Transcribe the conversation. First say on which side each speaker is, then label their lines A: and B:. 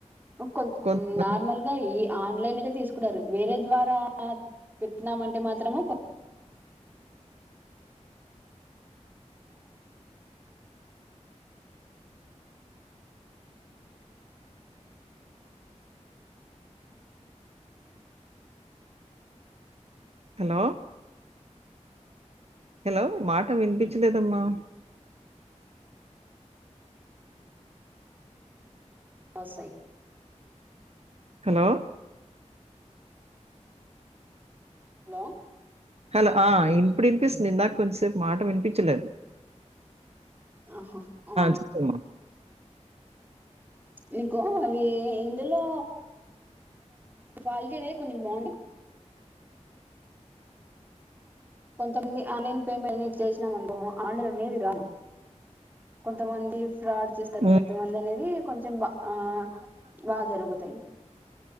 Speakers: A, on the right; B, on the right.
A: అకొం
B: కొంతమంది
A: నార్మల్ గా ఈ ఆన్లైన్ అయితే తీసుకుంటారు వేరే ద్వారా పెట్టినామంటే మాత్రము కొం
B: హలో హలో మాట వినిపిచలేదమ్మా
A: వొస్సయ్
B: హలో
A: లో
B: హలో ఆ ఇప్పుడు ఇనిపిస్తుంది ఇందాక కొంసేపు మాట విని పిచ్చలేదు
A: అహ ఆ
B: చెప్పమ్మా.
A: నీకు అవి ఇందులో క్వాలిటీ అనేది కొంచం బావుంటుంది. కొంతమంది ఆన్లైన్ పేమెంట్ అనేది చేసినాం అనుకో ఆర్డర్ అనేది రాల కొంతమంది ఫ్రాడ్ చేస్తారు
B: హ్మ్.
A: కొంతమంది అనేది కొంచెం బా ఆ బా జరుగుతాయి.